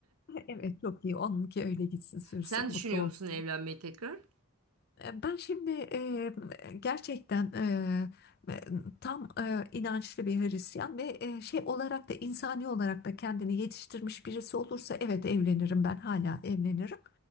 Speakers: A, on the left; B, on the right.
A: <laughs> Evet çok iyi. Onunki öyle gitsin
B: <laughs>
A: sürsün
B: Sen
A: mutlu
B: düşünüyor
A: olsun.
B: musun evlenmeyi tekrar?
A: E, Ben şimdi e, gerçekten e, e, tam e, inançlı bir Hristiyan ve e, şey olarak da insani olarak da kendini yetiştirmiş birisi olursa evet evlenirim ben hala evlenirim.